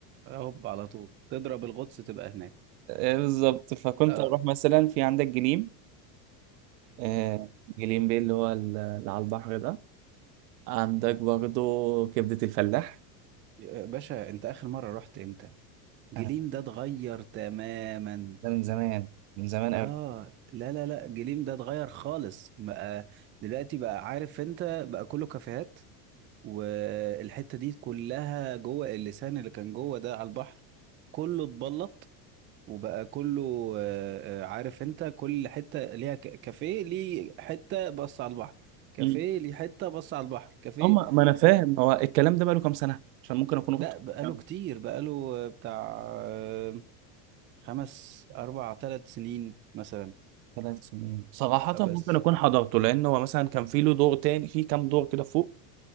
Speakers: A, on the right (about 25°); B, on the right (about 75°).
A: هوب على طول تضرب الغطس تبقى هناك
B: آه، بالظبط فكنت
A: اه
B: اروح مثلا في عندك جليم آه، جليم بيه اللي هو ال- اللي على البحر ده عندك برضو كبدة الفلاح
A: يا باشا انت اخر مرة رحت امتى جليم
B: انا
A: ده اتغير تماما
B: ده من زمان من زمان
A: اه
B: قوي
A: لا لا لا جليم ده اتغير خالص بقى دلوقتي بقى عارف انت بقى كله كافيهات والحتة دي كلها جوه اللسان اللي كان جوه ده على البحر كله اتبلط وبقى كله آه، آه، عارف انت كل حتة ليها ك- كافيه ليه حتة بص على البحر كافيه
B: مم.
A: ليه حتة بص على البحر كافيه
B: هم ما انا فاهم
A: فاهم
B: هو الكلام ده بقاله كام سنة عشان ممكن اكون رحت
A: لا بقاله
B: كام
A: كتير بقاله بتاع آه، خمس اربع ثلاث سنين مثلا
B: ثلاث سنين صراحة ممكن
A: بس
B: اكون حضرته لان هو مثلا كان في له دور تاني في كام دور كده فوق